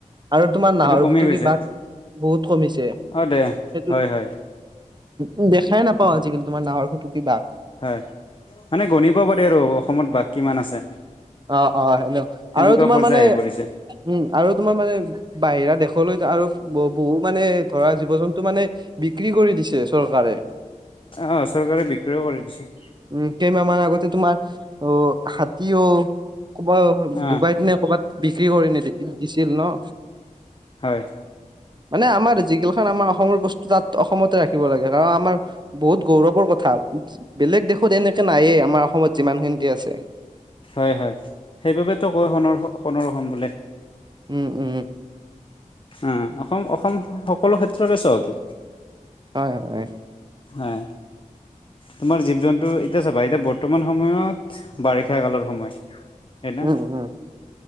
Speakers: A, on the right (about 35°); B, on the left (about 40°).
A: আৰু তোমাৰ
B: কিন্তু
A: নাহৰ
B: কমি
A: ফুটুকী
B: গৈছে
A: বাঘ বহুত কমিছে সেইটো
B: অ দে হয় হয়
A: উম দেখাই নাপাও আজিকালি তোমাৰ নাহৰ ফুটুকী বাঘ
B: হয় মানে গণিব পাৰি আৰু অসমত বাঘ কিমান আছে
A: অ অ হেল্ল
B: সেনেকুৱা
A: আৰু তোমাৰ
B: পৰ্যায়
A: মানে
B: আহি
A: উম
B: পৰিছে
A: আৰু তোমাৰ মানে বাহিৰা দেশলৈ আৰু বহু বহু মানে ধৰা জীৱ জন্তু মানে বিক্ৰী কৰি দিছে চৰকাৰে
B: অহ চৰকাৰে বিক্ৰীও কৰি দিছে
A: উ কেইমাহ মান আগতে তোমাৰ অ হাতী অ ক'বাত
B: অ
A: ডুবাইত নে ক'বাত বিক্ৰী কৰি নিদি দিছিল ন
B: হয়
A: মানে আমাৰ যিগিলাখন আমাৰ অসমৰ বস্তু তাত অসমতে ৰাখিব লাগে কাৰণ আমাৰ বহুত গৌৰৱৰ কথা বেলেগ দেশত এনেকে নায়েই আমাৰ অসমত যিমান খিনি আছে
B: হয় হয় সেইবাবেতো কয় সোণৰ সোণৰ অসম বুলি
A: উম উম
B: উম অসম অসম সকলো ক্ষেত্ৰতে চহকী
A: হয় হয়
B: হয় তোমাৰ জীৱ জন্তু এতিয়া চাবা এতিয়া বৰ্তমান সময়ত বাৰিষা কালৰ সময় হয় না
A: উম উম